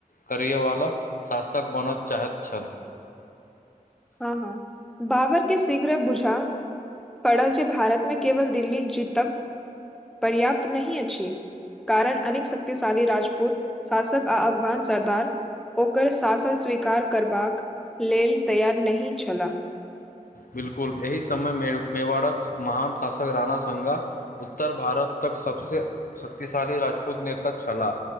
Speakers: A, on the left; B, in the centre.
A: करयवला शासक बनय चाहैत छै
B: हँ, हँ बाबर के शीघ्र बुझा पड़ल ज भारतमे केवल दिल्ली जीतब पर्याप्त नहि अछि कारण अनेकऽ शक्तिशाली राजपूत शासक आ अफगान सरदार ओकर शासन स्वीकार करबाकऽ लेल तैयार नहि छलाह
A: बिल्कूल एहि समय मेवाड़क महान शासक राणा संघ उत्तर भारत तक सभसँ शक्तिशाली राजपूत नेता छला।